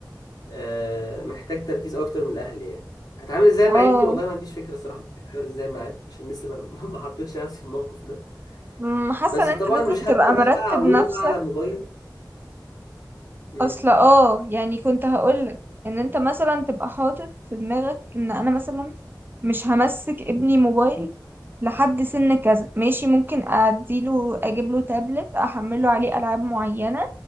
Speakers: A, on the left (about 60°); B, on the right (about 30°).
A: آه، محتاج تركيز اكتر من الاهل يعني هتعامل ازاي
B: اه
A: مع ابني والله ما عنديش فكره صراحه هتعامل ازاي معاه عشان لسه ما <laughs> ما حطيتش نفسي في الموقف ده
B: أمم، حاسه
A: بس
B: ان انت
A: طبعا
B: لازم
A: مش هبدا
B: تبقى
A: بقى
B: مرتب
A: اعوده
B: نفسك
A: بقى على الموبايل امم
B: اصلا اه يعني كنت هقولك ان انت مثلا تبقى حاطط في دماغك ان انا مثلا مش همسك ابني موبايل لحد سن كذا ماشي ممكن اديله اجيب له تابلت احمله عليه العاب معينه